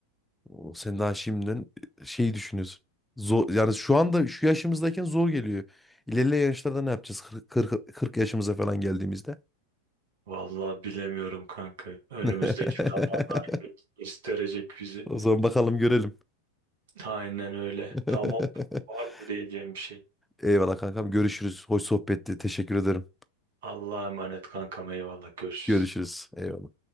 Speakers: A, in the centre; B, on the right (about 55°).
A: O, Sen daha şimdiden şeyi düşünüyorsun. Zor, yani şu anda şu yaşımızdayken zor geliyor. İlerleyen yaşlarda ne yapacağız? 40, 40 yaşımıza falan geldiğimizde.
B: Vallahi bilemiyorum kanka. Önümüzdeki
A: <laughs>
B: zamanlar gösterecek bizi.
A: O zaman bakalım görelim.
B: Aynen öyle.
A: <laughs>
B: Tamam. Var mı diyeceğim bir şey?
A: Eyvallah kankam. Görüşürüz. Hoş sohbetti. Teşekkür ederim.
B: Allah'a emanet kankam eyvallah görüşürüz.
A: Görüşürüz. Eyvallah.